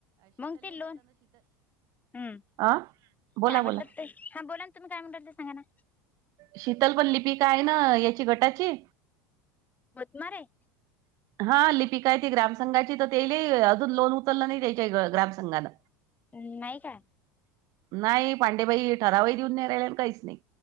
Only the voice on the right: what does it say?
अ बोला
बोला
शीतल पण लिपीक हाय ना याची गटाची.
हा लिपिका आहे ती ग्रामसंघाची, तर तेले अजून लोन उचललं नाही त्याच्या ग्रामसंघांन.
नाही पांडेबाई ठरावही देऊन नाही राहिला आणि काहीच नाही.